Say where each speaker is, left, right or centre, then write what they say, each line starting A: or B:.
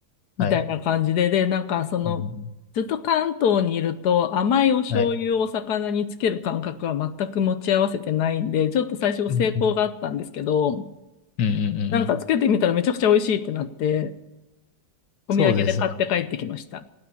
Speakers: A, on the left (about 65°); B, on the left (about 75°).
A: みたいな感じで、
B: はい。
A: で、なんかその、
B: うんうんうん
A: ずっと関東にいると甘いお醤油をお魚につける感覚は全く持ち合わせてないんで、
B: はい。
A: ちょっと最初成功があったんですけど、
B: うんうん。うんうんうんうん。
A: なんかつけてみたらめちゃくちゃ美味しいってなって、お土産で買って帰ってきました。
B: そうですね。